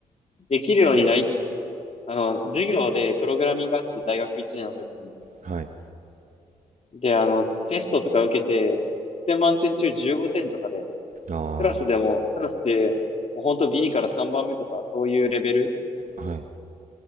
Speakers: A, on the left; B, on the right.
A: できるようになり、あの、授業でプログラミングがあって大学1年の時に。
B: はい。
A: で、あの、テストとか受けて、で、満点中15点とかで、
B: あ
A: クラスでも、クラスで、もう本当ビリから3番目とか、そういうレベル
B: ー、はい。